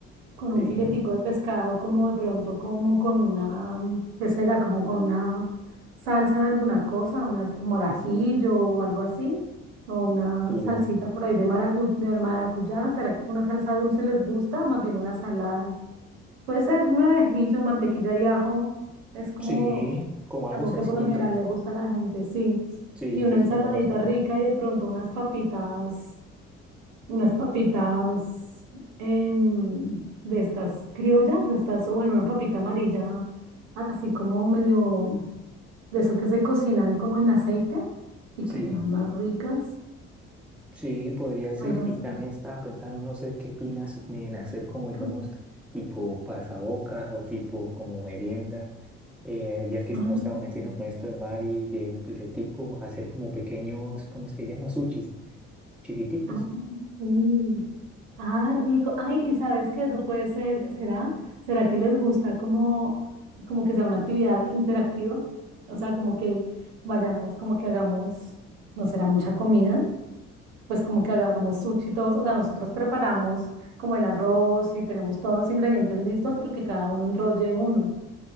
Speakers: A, on the right; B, in the centre.
A: con un
B: Sí,
A: filetico de pescado, como de pronto, como con una, mm, ¿qué será? Como con una salsa de alguna cosa, unas como al ajillo o algo así, o una
B: sí,
A: salsita por ahí de maragu- de maracuyá, ¿será que con una salsa dulce les gusta o más bien una salada? Puede ser un ajillo, mantequilla y ajo, es como...
B: sí, como algo
A: Algo
B: sencillito.
A: que por lo general le gusta a la gente, sí.
B: Sí,
A: Y
B: que
A: una
B: es
A: ensaladita
B: como lo más casual.
A: rica y de pronto unas papitas, unas papitas em, de estas criollas, de estas, o bueno, una papita amarilla, así como medio de eso que se cocinan como en aceite y
B: Sí.
A: que quedan más ricas,
B: Sí, podría ser.
A: algo así.
B: Y también estaba pensando, no sé qué opinas de en hacer como,
A: <clears throat>
B: digamos, tipo pasabocas o tipo como merienda. eh, ya que
A: Ah,
B: nos estamos metiendo
A: sí.
B: con esto del mar y de un filetico, hacer como pequeños, ¿cómo es que llama? Sushis, chiquiticos.
A: ah, sí. Ah, rico. Ay, y sabes qué eso puede ser, ¿será? ¿Será que les gusta como, como que sea una actividad interactiva? O sea, como que vayamos, como que hagamos, no será mucha comida, pues como que hagamos sushi todos, o sea, nosotros preparamos como el arroz y tenemos todos los ingredientes listos, pero que cada uno enrolle uno.